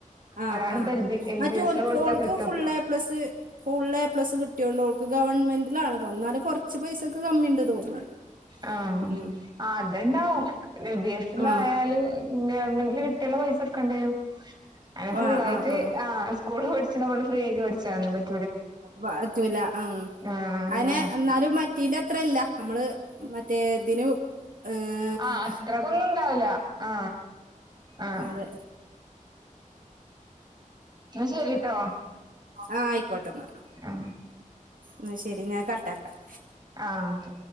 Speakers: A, on the right; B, on the right.
A: ആ
B: അതാണ്
A: ആ
B: ഇപ്പൊ എൽ ബി എൽ
A: മറ്റൊൽക്ക്
B: ബി എസിൽ കൊടുത്താ
A: ഓൾക്ക്
B: കിട്ടും
A: full A plus. Full A plus കിട്ടിയോണ്ട് ഓൾക്ക് ഗവൺമെന്റിലാണ് ഇത് ഒന്നാലും കൊറച്ച് പൈസക്ക് കമ്മിണ്ട് തോന്ന് ണ് ണ്ട്.
B: ആ
A: ഉം
B: ആ അത്ണ്ടാവും എൽ ബി എസ് ല്
A: ആഹ്
B: ആയാല് നേർമെന്റില് കിട്ടിയാൽള്ള പൈസയെട്ക്കെണ്ടിരും. അനെ ഫുള്ളായിട്ട്
A: ആഹ് ആഹ് ആഹ്
B: ആ സ്കൂള് പഠിച്ച ച്ച്ണ ഇവ്ട്ന്ന് ഫ്രീ ആയിട്ട് പഠിച്ചാണ് <unintelligible>
A: പാറ്റൂല മ്
B: ആ എന്താണ്
A: അയിന് ഇന്നാലും മറ്റീൻന്റെ അ ത്രല്ല നമ്മള് മറ്റേ ഇതിന് ഏഹ്
B: ആ അത്രക്കൊന്നും ഇണ്ടാവില്ല ആ ആ
A: അതെ
B: എന്നാ ശരിട്ടോ
A: ആ ആയിക്കോട്ടെന്നാ
B: ആ
A: ന്ന ശരി ഞാൻ കട്ടാക്കാം
B: ആ ക്ക്